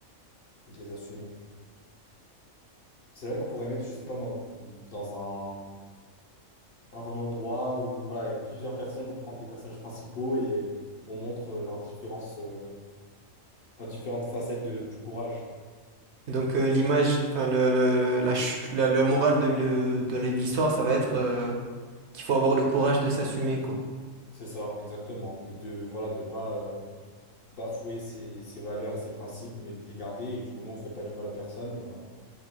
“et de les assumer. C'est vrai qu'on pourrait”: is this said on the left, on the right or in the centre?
Left